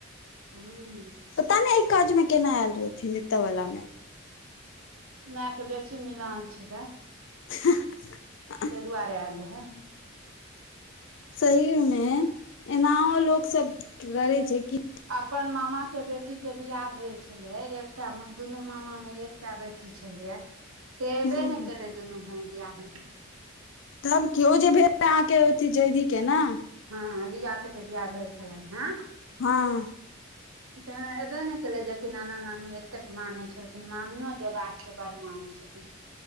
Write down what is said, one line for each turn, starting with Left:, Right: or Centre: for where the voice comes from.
Right: <unintelligible>
Left: पता नै यै काज में केना ऐल रहथिन ऐत वला में
Right: मै केँ बेसी मिलान छै दैय
Left: <unintelligible>
Right: तैय दुआरे ऐल रहै
Left: सही में एनाहो लोक सब लड़ै छै कि
Right: अपन मामा केँ बेटी केँ बियाह भेल छलैय एकटा म दुनू मामा म एकटा बेटी छलैय से ऐबै
Left: हूँ
Right: नै केलै दुनू भाय बियाह म
Left: तब की ओ जे भेल रहे अहाँकेँ अथी जैधी केँ न
Right: हँ रीया केँ जे बियाह भेल छलैन हँ
Left: हँ <inaudible>
Right: तैना एबे न केले जेकि नाना नानी एतेक माने छलखिन मामियो जे बात छै बड माने छल <unintelligible>